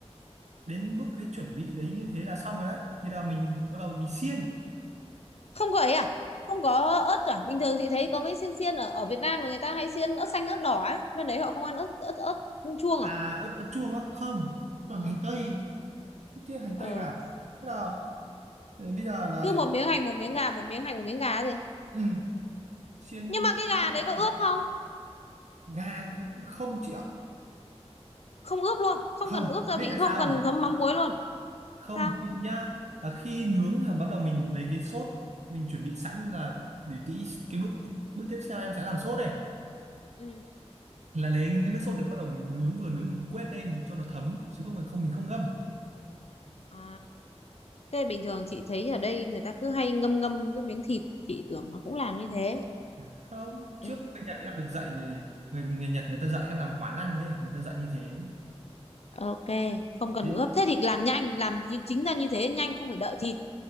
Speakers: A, on the right; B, on the left.
A: đến bước cái chuẩn bị đấy như thế là xong rồi đấy thì là mình bắt đầu mình xiên
B: không có ấy à không có ớt à bình thường chị thấy có mấy xiên xiên ở ở Việt Nam mà người ta hay xiên ớt xanh ớt đỏ ấy bên đấy họ không ăn ớt ớt ớt chuông
A: à
B: à
A: ớt ớt chuông á không toàn
B: ờ
A: hành tây kia hành
B: ờ.
A: tây vào thế là thế bây giờ là
B: cứ một miếng hành một miếng gà một miếng hành một miếng gà gì
A: ừ, xiên
B: nhưng mà cái gà
A: xiên
B: đấy
A: cái
B: có
A: nào
B: ướp không
A: gà không chị ạ
B: không ướp luôn không
A: không
B: cần ướp gia
A: biết
B: vị
A: tại
B: không
A: sao
B: cần
A: không
B: thấm mắm muối luôn
A: Không,
B: sao
A: chị nhá là khi nướng là bắt đầu mình lấy cái sốt mình chuẩn bị sẵn là để tí cái bước bước tiếp theo em sẽ làm sốt đây
B: ừ
A: là lấy nước sốt đấy bắt đầu mình nướng vừa nướng mình quét lên cho nó thấm chứ không phải không mình không ngâm
B: à Thế bình thường chị thấy ở đây người ta cứ hay ngâm ngâm cái miếng thịt, chị tưởng nó cũng làm như thế.
A: Dạ. không
B: Ừ.
A: trước bên Nhật em được dạy người, người Nhật người ta dạy em làm quán ăn đấy người ta dạy như thế
B: Ok, không cần
A: Thế-
B: ướp. Thế thì làm nhanh, làm như- chính ra như thế nhanh không phải đợi thịt.